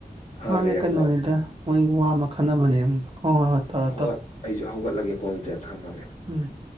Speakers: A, on the left; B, on the right.
A: ꯐꯔꯦ
B: ꯃꯥꯖꯦ
A: ꯑꯗꯣ
B: ꯀꯩꯅꯣꯅꯤꯗ ꯃꯣꯏꯒꯤ ꯋꯥ ꯃꯈꯟ ꯑꯃꯅꯦ ꯑꯝ ꯍꯣꯏ ꯍꯣꯏ ꯇꯧꯔꯣ ꯇꯧꯔꯣ
A: ꯍꯣꯏ ꯑꯩꯖꯨ ꯍꯧꯒꯠꯂꯒꯦꯀꯣ ꯑꯗꯨꯗꯤ ꯊꯝꯃꯒꯦ
B: ꯎꯝ